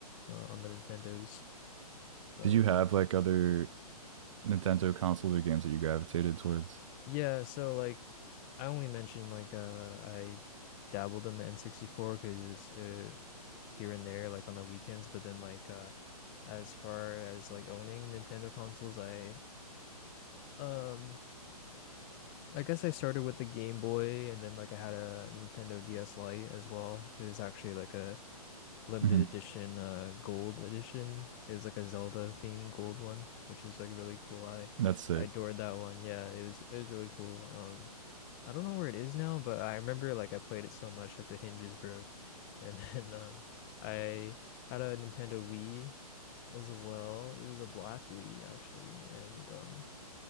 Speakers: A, on the left; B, on the right.
A: uh, on the Nintendos, but.
B: Did you have like other Nintendo consoles or games that you gravitated towards?
A: Yeah, so like I only mentioned like uh I dabbled in the N64 because uh, here and there like on the weekends, but then like uh as far as like owning Nintendo consoles, I um I guess I started with the Game Boy and then like I had a Nintendo DS Lite as well. It was actually like a limited
B: hmm
A: edition uh gold edition. It was like a Zelda themed gold one, which is like really cool. I
B: That's sick.
A: I adored that one. Yeah, it was it was really cool. Um I don't know where it is now, but I remember like I played it so much, like the hinges broke. And <laughs> then uh, I had a Nintendo Wii as well. It was a black Wii actually, and um,